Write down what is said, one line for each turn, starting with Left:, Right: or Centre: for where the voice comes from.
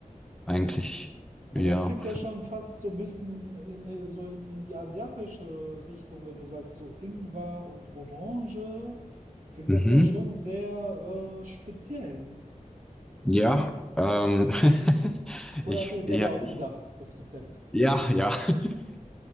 Centre: eigentlich,
Right: Aber
Centre: ja,
Right: das klingt
Centre: für,
Right: ja schon fast so ein bisschen äh, äh, so in, in die asiatische Richtung, wenn du sagst, so Ingwer und Orange, klingt
Centre: mhm.
Right: das doch schon sehr äh, speziell.
Centre: Ja, ähm, <laughs>
Right: Oder
Centre: ich,
Right: hast du es selber
Centre: ja,
Right: ausgedacht,
Centre: ich,
Right: das Rezept?
Centre: ja, ja. <laughs>